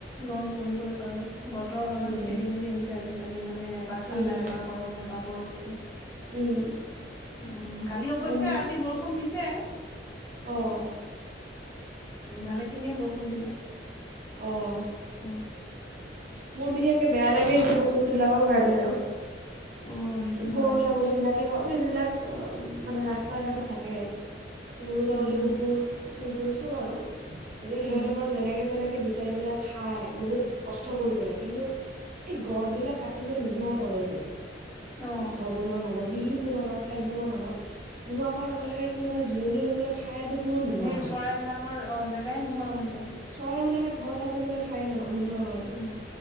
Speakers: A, on the left; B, on the right.
A: গৰম পৰিবই বাৰু বতৰ অলপমান
B: উম,
A: খেলি মেলি হৈছে আজিকালি মানে এবাৰ ঠাণ্ডা,
B: উম,
A: এবাৰ গৰম, এবাৰ বৰষুণ।
B: উম।
A: উ। কালি অৱশ্যে
B: আৰু
A: ৰাতি বৰষুণ দিছে।
B: অঁ
A: উ ভালেখিনিয়ে বৰষুণ দিলে।
B: অ'।
A: উম,
B: মোৰ বিশেষকে বেয়া লাগে জীৱ জন্তুবিলাকৰ কাৰণে আৰু।
A: অ', সেইটো
B: গৰু
A: হয়।
B: ছাগলীবিলাকেই হওক যিবিলাক অ' মানে ৰাস্তায়ে ঘাটে থাকে। গৰু, ছাগলী,
A: উম
B: কুকুৰ,
A: উম
B: মেকুৰী চব আৰু এতিয়া
A: উম
B: সিহঁতে বাৰু যেনেকে তেনেকে সেই বিচাৰি পেলাই খায়। বহুত কষ্ট কৰি পেলাই, কিন্তু এই গছবিলাক কাটি যে নোহোৱা কৰে যে
A: অ
B: ঘৰ বনোৱাৰ নামত। বিল্ডিং বনোৱাৰ নামত ফ্লেট বনোৱাৰ নামত নোহোৱা কৰোৱাৰ লগে লগে সিহঁতে জিৰণি ল'ব ঠাই এটুকুৰো নোহোৱা
A: সেই চৰাইবিলাকৰ অ', জেগাই নোহোৱা হৈ
B: চৰাই বিলাকে ঘৰ সাজিবলৈ ঠাই নাই। নোহোৱা হয়।
A: উম